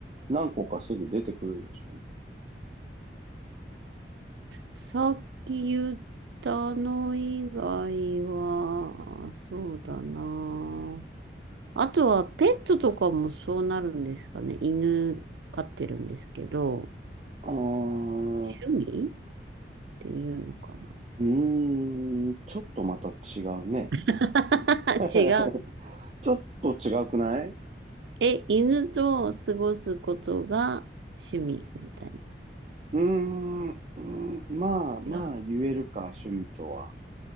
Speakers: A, on the right; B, on the right.
A: 何個かすぐ出てくるでしょ
B: さっき言ったの以外は、そうだな。あとはペットとかもそうなるんですかね。犬飼ってるんですけど、
A: あー、
B: 趣味っていうのかな。
A: うーん、ちょっとまた違うね。
B: <laughs>
A: <laughs>
B: 違う。
A: ちょっと違うくないう
B: え、犬と過ごすことが趣味みたい
A: ーん、うーんまあまあ言えるか、
B: な。違
A: 趣味とは。